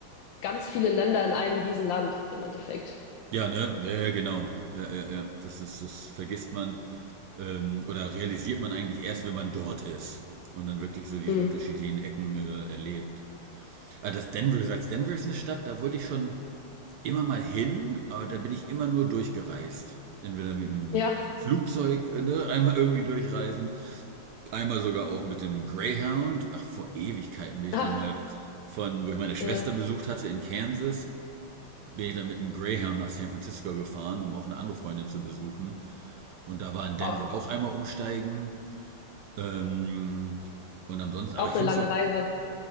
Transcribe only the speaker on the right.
Ja, ne? Ja, ja, genau. Ja, ja, ja. Das ist, das vergisst man ähm, oder realisiert man eigentlich erst, wenn man dort ist und dann wirklich so diese
unterschiedlichen Ecken äh, erlebt. Ah, das Denver, du sagst, Denver ist eine Stadt, da wollte ich schon immer mal hin, aber da bin ich immer nur durchgereist. Entweder mit dem
Flugzeug, äh, ne, einmal irgendwie durchreisen, einmal sogar auch mit dem Greyhound. Ach, vor Ewigkeiten bin ich
dann mal von, wo ich meine Schwester
besucht hatte in Kansas bin ich dann mit einem Greyhound nach San Francisco gefahren, um auch eine andere Freundin zu besuchen. Und da war in Denver
auch einmal umsteigen. Ähm, und ansonsten,
aber ich finde
so,